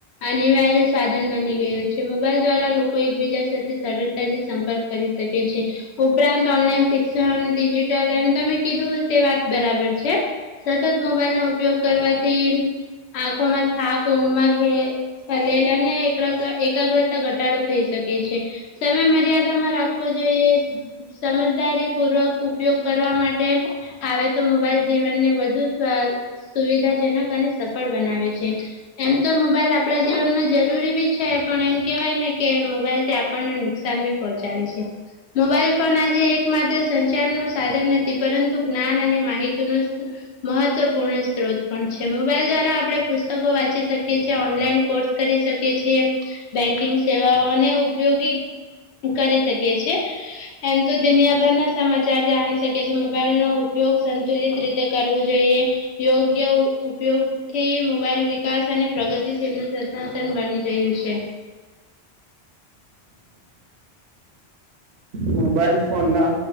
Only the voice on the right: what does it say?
મોબાઈલ ફોન ના